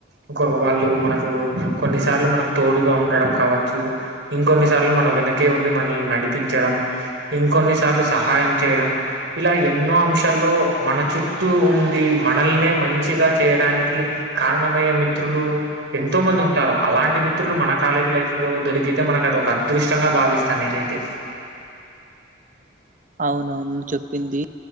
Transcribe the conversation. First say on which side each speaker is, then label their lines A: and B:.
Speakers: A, on the right (about 70°); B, on the right (about 40°).
A: ఇంకొవాళ్లు మనకు కొన్నిసార్లు మనకు తోడుగా ఉండడం కావచ్చు ఇంకొన్ని సార్లు మన వెనకే ఉండి మనల్ని నడిపించడం ఇంకొన్ని కొన్నిసార్లు సహాయం చేయడం ఇలా ఎన్నో అంశాల్లో మన చుట్టూ ఉండి మనల్నే మంచిగా చేయడానికి కారణమయ్యే మి మిత్రులు ఎంతో మంది ఉంటారు అలాంటి మిత్రులు మన కాలేజ్ లైఫ్ లో దొరికితే మనకి <unintelligible> అదృష్టంగా భావిస్త నేనైతే
B: అవునవును నువ్వు చెప్పింది